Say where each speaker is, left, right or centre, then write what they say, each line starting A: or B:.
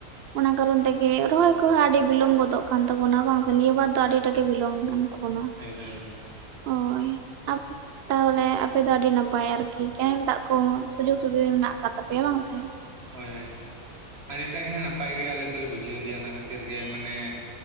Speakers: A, on the right; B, on the right.
A: ᱚᱱᱟ ᱠᱟᱨᱚᱱ ᱛᱮᱜ ᱨᱚᱦᱚᱭ ᱠᱚᱦᱚᱸ ᱟᱹᱰᱤ ᱵᱤᱞᱚᱢ ᱜᱚᱫᱚᱜ ᱠᱟᱱ ᱛᱟᱵᱚᱱᱟ ᱵᱟᱝᱥᱮ? ᱱᱤᱭᱟᱹ ᱵᱟᱨ ᱫᱚ ᱟᱹᱰᱤᱴᱟᱜ ᱜᱮ ᱵᱤᱞᱚᱢ ᱠᱟᱱ ᱛᱟᱵᱚᱱᱟ᱾
B: ᱮᱠᱫᱚᱢ ᱮᱠᱫᱚᱢ᱾
A: ᱦᱳᱭ <unintelligible> ᱛᱟᱦᱚᱞᱮ ᱟᱯᱮ ᱫᱚ ᱟᱹᱰᱤ ᱱᱟᱯᱟᱭ ᱟᱨᱠᱤ ᱠᱮᱱᱮᱞ ᱫᱟᱜ ᱠᱚ ᱥᱩᱡᱳᱜᱽ ᱥᱩᱵᱤᱫᱷᱟ ᱢᱮᱱᱟᱜ ᱟᱠᱟᱫ ᱛᱟᱯᱮᱭᱟ, ᱵᱟᱝ ᱥᱮ?
B: ᱦᱳᱭ ᱦᱳᱭ, ᱟᱹᱰᱤᱴᱟ ᱜᱮ ᱦᱟᱸᱜ ᱱᱟᱯᱟᱭ ᱜᱮᱭᱟ, ᱟᱞᱮ ᱫᱚᱞᱮ ᱵᱩᱡᱷᱟᱹᱣ ᱜᱮᱭᱟ, ᱚᱱᱟ ᱠᱷᱟᱹᱛᱤᱨ ᱜᱮ ᱢᱟᱱᱮ